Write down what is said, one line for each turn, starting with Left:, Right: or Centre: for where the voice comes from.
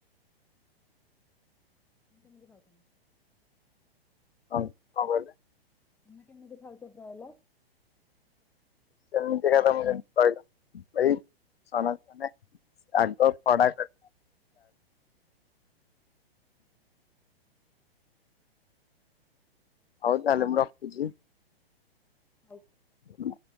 Centre: ଆପଣ କେମିତି ଖାଉଛନ୍ତି?
Left: ହଁ କଣ କହିଲେ?
Centre: ତୋମେ କେମିତି ଖାଉଛ କହିଲ?
Left: ସେମିତିରେ ତୋମେ ଯେମିତି କହିଲ। ଏଇ ସମାନ ମାନେ ଆଗ ଖଡା କର ହଉ ତାହେଲେ ମୁଁ ରଖୁଛି।
Centre: ହଉ।
Left: ହୁଁ